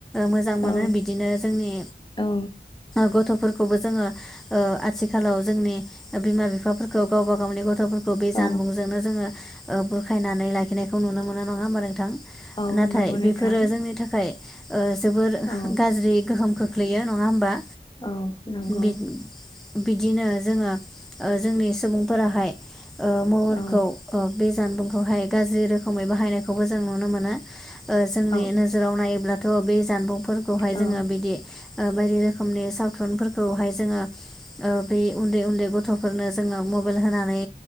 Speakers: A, in the centre; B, on the left.
A: मोजां
B: औ
A: मोनो बिदिनो जोंनि
B: औ।
A: गथ'फोरखौबो जोङो ओ आथिखालाव जोंनि बिमा बिफाफोरखौ गावबा गावनि गथ'फोर खौ बे
B: औ
A: जानबुंजोंनो जोङो ओ बुरखायनानै लाखिनायखौ नुनो मोनो नङा होमबा नोंथां
B: औ
A: नाथाय
B: नंगौ नोंथां
A: बेफोरो जोंनि थाखाय ओ जोबोर
B: औ
A: गाज्रि गोहोम खोख ख्लैयो नङा होमबा?
B: औ नंगौ
A: बि बिदिनो जोङो ओ जोंनि सुबुंफोराहाय ओ महरखौ
B: औ
A: बे जानबुंखौहाय गाज्रि रोखोमै बाहायनाय बेखौबो जों नुनो मोनो ओ जोंनि
B: औ
A: नोजोराव नायोब्ला थ' बे जानबुंफोर खौहाय
B: औ
A: जोङो बिदि ओ बायदि‌ रो रोखोमनि सावथुनफोरखौहाय जोङो ओ बै उन्दै उन्दै गथ'फोरनो जोङो मब बेल होनानै